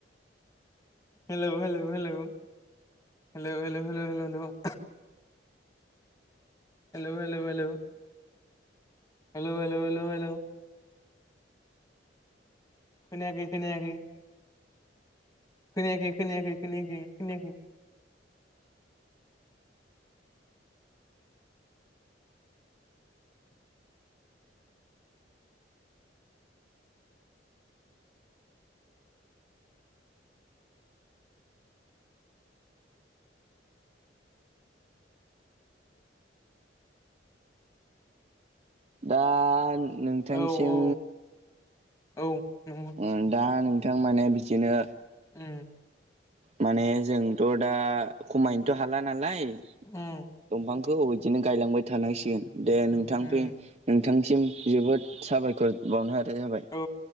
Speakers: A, on the left; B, on the right.
A: हेलौ हेलौ hello <inaudible> Hello hello hello hello <inaudible> hello hello hello hello hello hello hello खोनायाखै खोनायाखै <inaudible> खोनायाखै खोनायाखै खोनायाखै खोनायाखै
B: दा नोंथांसिम
A: औ औ औ नंगौ
B: ओ दा नोंथां माने बिदिनो
A: उम
B: माने जोंथ' दा खमायनोथ' हाला नालाय।
A: उम
B: दंफांखौ बिदिनो गायलांबाय थानांसिगोन दे नोंथां
A: उम
B: फै नोंथांसिम जोबोद साबायखर बावनो हानाय जाबाय।
A: औ